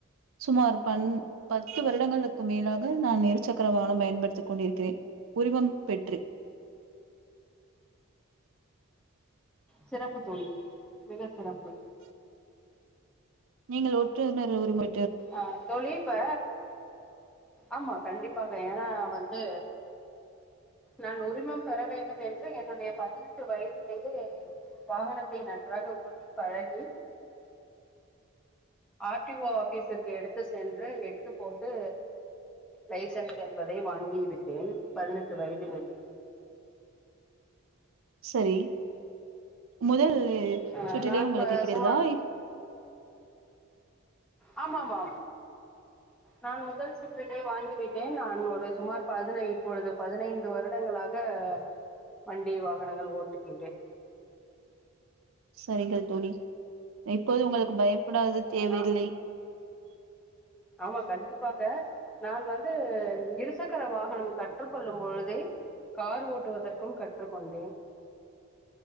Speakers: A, on the right; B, in the centre.
A: சுமார் பண் பத்து வருடங்களுக்கு மேலாக நான் இரு சக்கர வாகனம் பயன்படுத்திக் கொண்டிருக்கிறே உரிமம் பெற்று
B: சிறப்பு தோழி மிக சிறப்பு
A: நீங்கள் ஒட்டுனர் உரிமை
B: ஆஹ தோழிப்ப ஆமா கண்டிப்பாக ஏன்னா வந்து நான் உரிமம் பெற வேண்டும் என்று என்னுடைய பதினெட்டு வயதிலேயே வாகனத்தை நன்றாக ஓட்டி பழகி ஆர்டிஓ ஆபீஸிற்கு எடுத்து சென்று எட்டு போட்டு லைசன்ஸ் என்பதை வாங்கி விட்டேன் பதினெட்டு வயதிலயே
A: சரி முதல்
B: அஹ்
A: சுற்றிலேயே
B: நான் இப்ப
A: உங்களுக்கு கிடைதாய
B: சுமார்
A: இப்
B: ஆமா ஆமா நான் முதல் சுற்றட்டே வாங்கிவிட்டேன் நான் ஒரு சுமார் பதினை இப்பொழுது பதினைந்து வருடங்களாக வண்டி வாகனங்கள் ஓட்டுகின்றே
A: சரிங்க தோழி இப்போது உங்களுக்கு பயம் கூடாது
B: அஹ்
A: தேவையில்லை
B: நான் ஆமா கண்டிப்பாக நான் வந்து இருசக்கர வாகனம் கற்றுக்கொள்ளும் பொழுதே கார் ஓட்டுவதற்கும் கற்றுக்கொண்டேன்